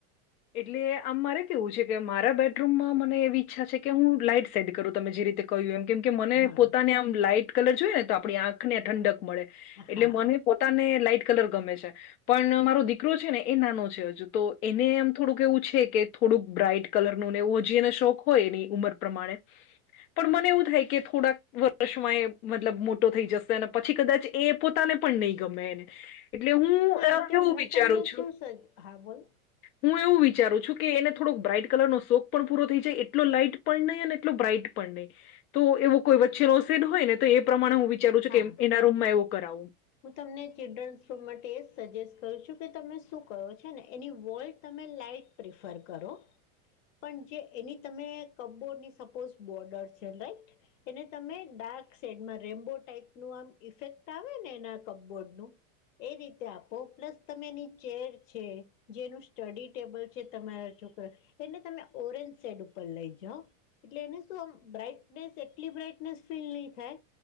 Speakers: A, on the left; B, on the left.
A: એટલે આમ મારે કેવું છે કે મારા બેડરૂમમાં મને એવી ઈચ્છા છે કે, હું લાઈટ શેડ કરું તમે જે રીતે કહ્યું એમ. કેમ કે, મને
B: હા
A: પોતાને આમ લાઈટ કલર જોએ ને તો આપણી આંખને ઠંડક મળે એટલે
B: હા
A: મને પોતાને લાઈટ કલર ગમે છે, પણ મારો દીકરો છેને એ નાનો છે હજુ તો એને થોડુંક એવું છે કે થોડુંક બ્રાાઈટ કલરનું નેએવું હજી એને શોખ હોય એની ઉંમર પ્રમાણે પણ મને એવું થાય કે થોડાંક વ વર્ષમાં એ મતલબ મોટો થઈ જશે અને પછી કદાચ એ પોતાને પણ નહીં ગમે એને એટલે હું
B: ના
A: અ એવું
B: એટલે હું
A: વિચારું
B: તમને
A: છું
B: શું સજ્ હા બોલ
A: હું એવું વિચારું છું કે, એને થોડોક બ્રાાઈટ કલરનો શોક પણ પૂરો થઈ જાય એટલો લાઈટ પણ નહીં અને એટલો બ્રાઈટ પણ નહીં. તો એવો કોઈ વચ્ચેનોશેડ હોયને તો એ પ્રમાણે હું વિચારું છું
B: હા
A: કે એના રૂમમાં એવો કરાવું.
B: હું તમને ચિલ્ડ્રનસ શો માટે એ સજેસ્ટ કરું છું કે તમે શું કરો છેને એની વોલ તમે લાાઈટ પ્રિફર કરો પણ જે એની તમે કબોર્ડની સપોઝ બોર્ડર છે રાઈટ એને તમે ડાર્ક સેડમાં રેમ્બોટ ટાઇપનુ આમ ઇફેક્ટ આવેને એના કપબોર્ડનું એ રીતે આપો. પ્લસ તમે એની ચેર છે જેનું સ્ટડી ટેબલ છે તમારા છોકરો એને તમે ઓરેન્જ સેડ ઉપર લઈ જાઓ એટલે એને શું આમ બ્રાાઈટનેસ એટલી બ્રાાઈટનેસ ફીલ નહી થાય